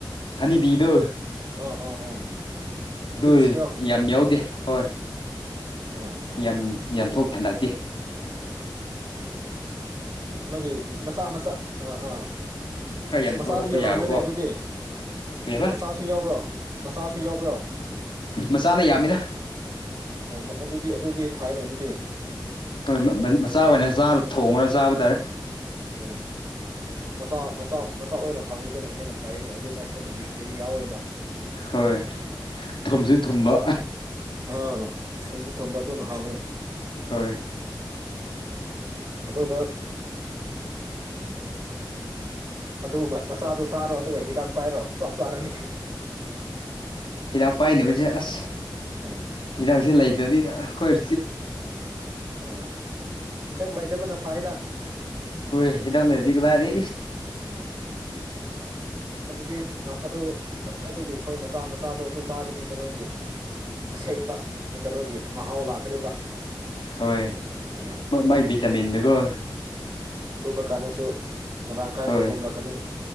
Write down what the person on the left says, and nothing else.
ꯍꯅꯤꯕꯤꯗꯨꯣ
ꯑꯗꯨ
ꯌꯥꯝ ꯌꯥꯎꯗꯦ ꯍꯣꯏ
ꯌꯥꯝ ꯌꯥꯝ ꯊꯣꯛ ꯊꯦꯟꯗꯛꯇꯦ
ꯈꯔ ꯌꯥꯝ
ꯊꯣꯛꯂꯛꯄ
ꯌꯥꯕꯀꯣ
ꯀꯔꯤ ꯍꯥꯏꯕ
ꯃꯁꯥꯅ ꯌꯥꯝꯃꯤꯅ
ꯍꯣꯏ ꯃꯆꯥ ꯑꯣꯏꯅ ꯆꯥ ꯊꯣꯡꯉ꯭ꯔ ꯆꯥꯕ ꯇꯥꯔꯦ
ꯍꯣꯏ ꯊꯨꯝꯁꯨ ꯊꯨꯝꯕ
ꯍꯣꯏ
ꯍꯤꯗꯥꯛ ꯄꯥꯏꯅꯕꯁꯦ ꯑꯁ
ꯍꯤꯗꯥꯛꯁꯦ ꯂꯩ ꯀꯣꯏ
ꯍꯣꯏ ꯍꯤꯗꯥꯛ ꯂꯩꯔꯗꯤ ꯈꯨꯗꯥꯗꯤ
ꯍꯣꯏ
ꯃꯥꯏ ꯚꯤꯇꯥꯃꯤꯟꯗꯨꯒꯣ
ꯍꯣꯏ